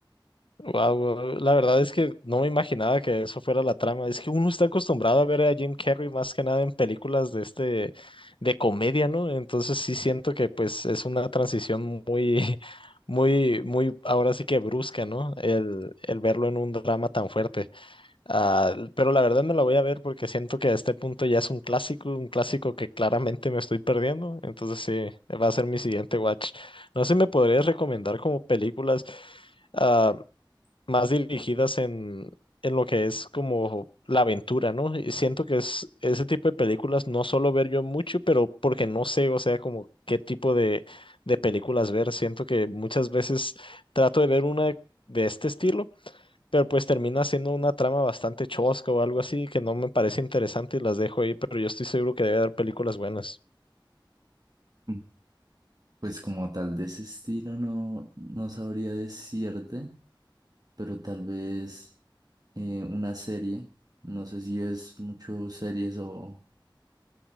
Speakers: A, on the left; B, on the right.
A: Wow, la verdad es que no me imaginaba que eso fuera la trama. Es que uno está acostumbrado a ver a Jim Carrey más que nada en películas de este de comedia, ¿no? Entonces sí siento que pues es una transición muy, <laughs> muy, muy, ahora sí que brusca, ¿no? El, el verlo en un drama tan fuerte. Ah, pero la verdad me la voy a ver porque siento que a este punto ya es un clásico, un clásico que claramente me estoy perdiendo. Entonces sí, va a ser mi siguiente watch. No sé si me podrías recomendar como películas. ah, más dirigidas en, en lo que es como la aventura, ¿no? Y siento que es ese tipo de películas no suelo ver yo mucho, pero porque no sé, o sea, como qué tipo de, de películas ver. Siento que muchas veces trato de ver una de este estilo, pero pues termina siendo una trama bastante chosca o algo así que no me parece interesante y las dejo ahí, pero yo estoy seguro que debe haber películas buenas.
B: Mm. Pues como tal de ese estilo no, no sabría decirte, pero tal vez eh, una serie. No sé si ves mucho series o,